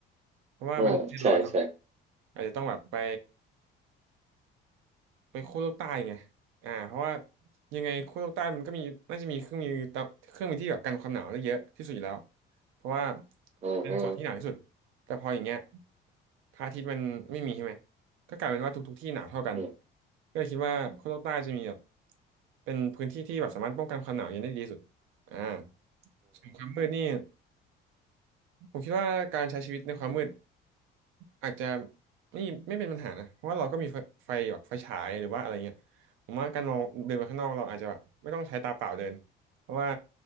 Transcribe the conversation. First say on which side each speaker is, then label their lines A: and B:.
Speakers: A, on the right; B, on the right.
A: เพราะว่าเป็นประเทศร้อนเนาะ
B: อืมใช่ใช่
A: อาจจะต้องแบบไป ไปขั้วโลกใต้ไงอ่าเพราะว่ายังไงขั้วโลกใต้มันก็มีน่าจะมีเครื่องมือตะเครื่องมือที่แบบกันความหนาวได้เยอะที่สุดอยู่แล้วเพราะว่า
B: อืมอืม
A: เป็นส่วนที่หนาวที่สุดแต่พออย่างเงี้ยพระอาทิตย์มันไม่มีใช่ไหมก็กลายเป็นว่าทุกๆที่หนาวเท่ากัน
B: อืม
A: ก็เลยคิดว่าขั้วโลกใต้จะมีแบบเป็นพื้นที่ที่แบบสามารถป้องกันความหนาวเย็นได้ดีที่สุดอ่าส่วนความมืดนี่ ผมคิดว่าการใช้ชีวิตในความมืดอาจจะไม่ไม่เป็นปัญหานะเพราะว่าเราก็มีไฟไฟแบบไฟฉายหรือว่าอะไรเงี้ยผมว่าการมองเดินไปข้างนอกเราอาจจะแบบไม่ต้องใช้ตาเปล่าเดินเพราะว่า